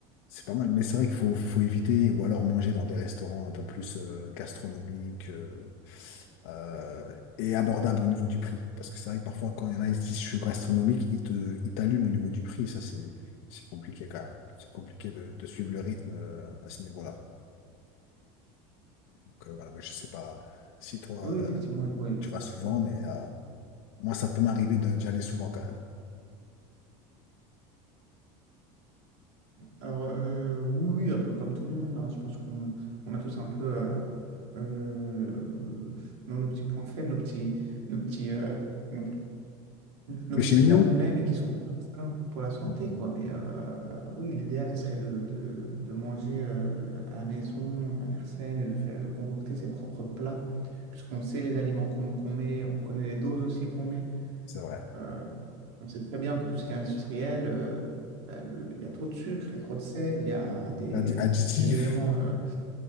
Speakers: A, on the left (about 70°); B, on the right (about 85°).
A: C'est pas mal. Mais c'est vrai qu'il faut, faut éviter ou alors manger dans des restaurants un peu plus euh, gastronomiques euh, euh, et abordables au niveau du prix. Parce que c'est vrai que parfois, quand il y en a, ils se disent je suis gastronomique, ils te, ils t'allument au niveau du prix. Ça, c'est c'est compliqué quand même. C'est compliqué de, de suivre le rythme euh, à ce niveau-là. Donc euh, voilà, moi, je sais pas si toi,
B: Oui, oui,
A: euh,
B: effectivement, il faut-
A: tu vas souvent,
B: il-
A: mais euh, moi, ça peut m'arriver de- d'y aller souvent quand même.
B: Alors, euh, oui, oui, un peu comme tout le monde, hein, je pense qu'on on a tous un peu euh, euh, nos, nos petits points faibles, nos petits, nos petits, euh, nos nos
A: Péché
B: petits
A: mignon,
B: plats qu'on aime et qui sont pas très sains pour la santé,
A: Mm.
B: quoi. Mais euh, oui, l'idéal, ça serait de, de, de manger euh, à la maison de manière saine et de faire de concocter ses propres plats, puisqu'on sait les aliments qu'on qu'on met, on connaît les doses aussi qu'on met.
A: c'est vrai.
B: Euh, on sait très bien que tout ce qui est industriel, euh, bah, le- il y a trop de sucre, il y a trop de sel, il y a
A: Mm.
B: des,
A: L'addi- Additif,
B: des éléments euh,